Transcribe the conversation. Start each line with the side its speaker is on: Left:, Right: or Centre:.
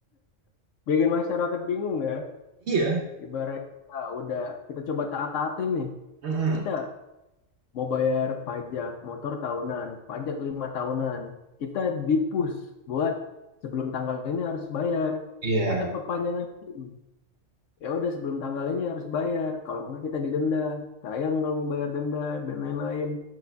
Left: bikin masyarakat bingung ya.
Right: Iya.
Left: Ibarat kita udah, kita coba taat-taatin nih.
Right: Mm-mm.
Left: Kita mau bayar pajak motor tahunan, pajak lima tahunan. Kita dipus, buat sebelum tanggal ini harus bayar.
Right: Iya,
Left: Atau perpanjangan SIM. Ya udah sebelum tanggal ini harus bayar. Kalau nggak kita didenda. Sayang kalau membayar denda dan lain-lain.